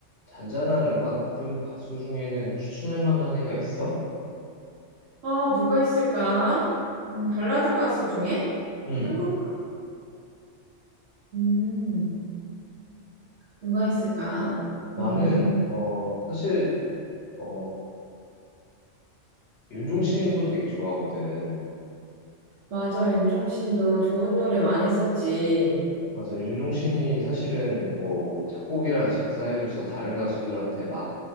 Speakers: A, on the left (about 65°); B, on the right (about 85°).
A: 잔잔한 음악 부르는 가수 중에는 추천할 만한 애가 있어?
B: 아, 누가 있을까? 음, 발라드 가수 중에
A: 음,
B: 한국, 가- 음, 누가 있을까?
A: 나는,
B: 음,
A: 어, 사실, 어, 윤종신도 되게 좋아하거든.
B: 맞아. 윤종신도 좋은 노래 많이 썼지.
A: 맞아, 윤종신이 사실은 뭐 작곡이랑 작사해줘서 다른 가수들한테 막